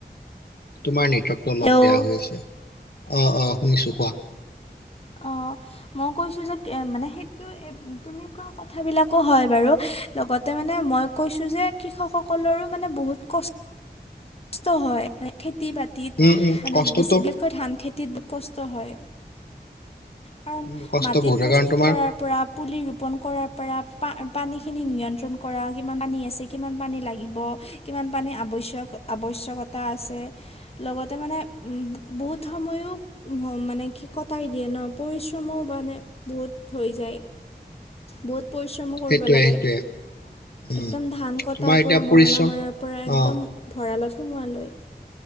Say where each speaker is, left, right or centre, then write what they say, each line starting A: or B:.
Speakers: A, on the left; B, on the left.
A: তোমাৰ নেটৱৰ্কটো অলপ
B: হেল্ল'
A: বেয়া হৈ আছে অ অ শুনিছো কোৱা।
B: অঁ মই কৈছো যে কে মানে সেইটো এ তুমি কোৱা কথাবিলাকো হয় বাৰু। লগতে মানে মই কৈছো যে কৃষকসকলৰো মানে বহুত কষ্ কষ্ট হয় মানে খেতি বাত খেতিত
A: উম উম
B: মানে
A: কষ্টটো
B: বেছি বিশেষকৈ ধান খেতিত বহুত কষ্ট হয়। কাৰণ
A: উম কষ্ট
B: মাটিত
A: বহুত হয়
B: প্ৰস্তুত
A: কাৰণ তোমাৰ
B: কৰাৰ পৰা পুলি ৰোপণ কৰাৰ পৰা পা পানীখিনি নিয়ন্ত্ৰণ কৰা কিমান পানী আছে কিমান পানী লাগিব কিমান পানীৰ আৱশ্যক আৱশ্যকতা আছে লগতে মানে বহুত বহুত সময়ো <unintelligible> মানে কি কটাই দিয়ে ন পৰিশ্ৰমো মানে বহুত হৈ যায়। বহুত পৰিশ্ৰমো কৰিব
A: সেইটোৱে
B: লাগে।
A: সেইটোৱে উম
B: একদম ধান কটাৰ
A: তোমাৰ এতিয়া
B: পৰা মৰণা
A: পৰিশ্ৰম
B: মৰাৰ পৰা একদম
A: অ
B: ভঁৰালত সুমোৱা লৈ। <inaudible>